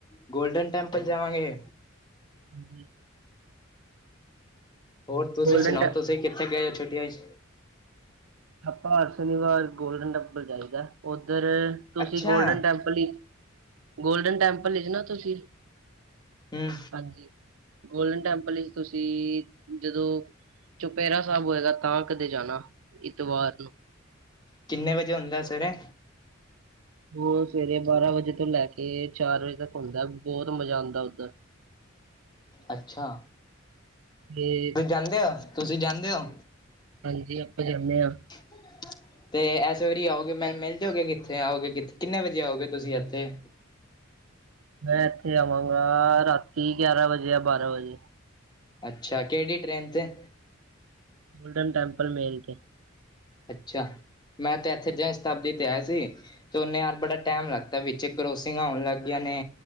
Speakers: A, on the left; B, on the right.
A: ਗੋਲਡਨ ਟੈਂਪਲ ਜਾਵਾਂਗੇ।
B: ਹਾਂਜੀ!
A: ਹੋਰ ਤੁਸੀਂ
B: ਗੋਲਡਨ
A: ਸੁਣਾਓ!
B: ਟੈ
A: ਤੁਸੀਂ ਕਿੱਥੇ ਗਏ ਹੋ ਛੁਟੀਆਂ ਚ?
B: ਆਪਾਂ ਹਰ ਸ਼ਨੀਵਾਰ ਗੋਲਡਨ ਟੈਂਪਲ ਜਾਈਦਾ। ਉੱਧਰ ਤੁਸੀਂ
A: ਅੱਛਾ
B: ਗੋਲਡਨ ਟੈਂਪਲ ਹੀ, ਗੋਲਡਨ ਟੈਂਪਲ ਚ ਹੀ ਨਾ ਤੁਸੀਂ?
A: ਹੂੰ!
B: ਹਾਂਜੀ ਗੋਲਡਨ ਟੈਂਪਲ ਹੀ ਤੁਸੀਂ, ਜਦੋਂ ਚੁਪੇਹਰਾ ਸਾਹਿਬ ਹੋਏਗਾ ਤਾਂ ਕਦੇ ਜਾਣਾ। ਐਤਵਾਰ ਨੂੰ।
A: ਕਿੰਨੇ ਵਜੇ ਹੁੰਦਾ ਸਵੇਰੇ।
B: ਉਹ ਸਵੇਰੇ ਬਾਰਾਂ ਵਜੇ ਤੋਂ ਲੈ ਕੇ ਚਾਰ ਵਜੇ ਤੱਕ ਹੁੰਦਾ ਬਹੁਤ ਮਜ਼ਾ ਆਉਂਦਾ ਉੱਧਰ।
A: ਅੱਛਾ!
B: ਬੇਜ
A: ਤੁਸੀਂ ਜਾਂਦੇ ਹੋ! ਤੁਸੀਂ ਜਾਂਦੇ ਹੋ?
B: ਹਾਂਜੀ! ਆਪਾਂ ਜਾਂਦੇ ਆ।
A: ਖ਼ਾਲੀ ਤੇ ਇਸੇ ਵਾਰੀ ਆਓਗੇ ਮੈਨੂੰ ਮਿਲ ਮਿਲਜੋਗੇ, ਕਿੱਥੇ ਆਓਗੇ, ਕਿੱਥੇ ਕਿੰਨੇ ਵਜੇ ਆਓਗੇ ਤੁਸੀਂ ਇੱਥੇ?
B: ਮੈਂ ਇੱਥੇ ਆਵਾਂਗਾ। ਰਾਤੀ ਗਿਆਰਾਂ ਵਜੇ ਜਾਂ ਬਾਰਾਂ ਵਜੇ।
A: ਅੱਛਾ! ਕਿਹੜੀ ਟ੍ਰੇਨ ਤੇ,
B: ਗੋਲਡਨ ਟੈਂਪਲ ਮੇਰੀ ਤੇ,
A: ਅੱਛਾ! ਮੈਂ ਤੇ ਇੱਥੇ ਜਨ ਸ਼ਤਾਬਦੀ ਤੇ ਆਇਆ ਸੀ। ਸੋਨੇ ਯਾਰ ਬੜਾ ਟਾਈਮ ਲਗਦਾ ਵਿੱਚ ਕਰੋਸਿੰਗਾ ਆਉਣ ਲਗ ਗਈਆ ਨੇ,